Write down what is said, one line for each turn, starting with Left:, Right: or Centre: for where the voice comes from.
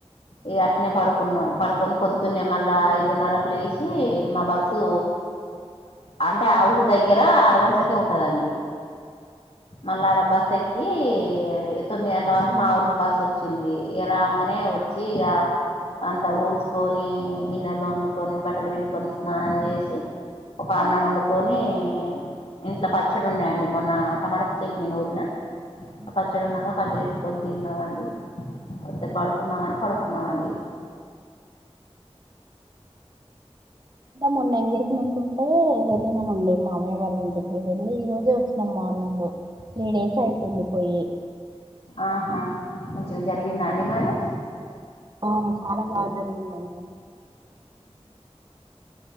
Left: ఇగ అట్నే పడుకున్నాం పడుకొని పొద్దున్నే మళ్ళా ఐదున్నరక్ లేసి మా బస్సు
Right: ఉమ్
Left: అంటే ఆ ఊరు దెగ్గర ఆరు గంటలకే ఉంటదండి మల్ళ ఆడ బస్ ఎక్కి ఎ తొమ్మి అ నార్ కు మా ఊరికి బస్ వచ్చింది ఇ రాగానే వచ్చి ఇక అంత ఊడ్చుకొని గిన్నెల్ తోముకొని బట్టలు పిండుకొని స్నానం చేసి ఒక అన్నం వండుకొని ఇంట్లో పచ్చడి ఉన్నాయంండి మొన్న టమాట చెట్నీ నూరిన
Right: ఉమ్
Left: పచ్చడి ఉన్నాక పచ్చడి కొని తిన్నా మండి వస్తే పడుకున్నామని పడుకున్నామండి
Right: మొన్న ఎంగేజ్మెంట్ ఉంటే వెళ్ళినామండి మా మామయ వాళ్ళ ఇంటికి వెళ్లి ఈ రోజే వచ్చినాం మార్నింగ్ త్రీ డేస్ అయితుంది పోయి
Left: ఆహా మంచిగా జరిగిందా అండి మరి
Right: ఆ చాల బాగ జరిగిందండి